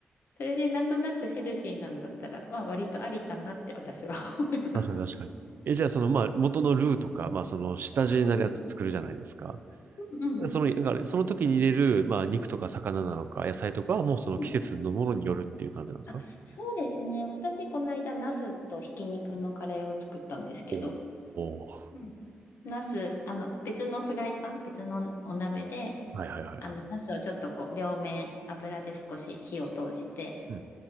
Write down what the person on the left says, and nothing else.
それでなんとなくヘルシーなんだったら、まあ、割とありかなって私は <laughs> 思います。
うんうんうん
うんあ、そうですね。私、この間、ナスとひき肉のカレーを作ったんですけど、
うんナス、あの、別のフライパン、別のお鍋で、
あの、ナスをちょっとこう、両面油で少し火を通して、